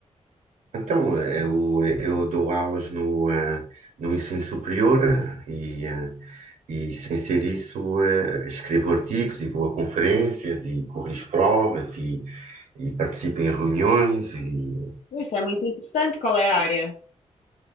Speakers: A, on the right; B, on the left.
A: então, eh, eu, eu dou aulas no, eh, no ensino superior eh, e, eh, e, sem ser isso, eh, escrevo artigos e vou a conferências e corrijo provas e, e participo em reuniões e
B: Isso é muito interessante. Qual é a área?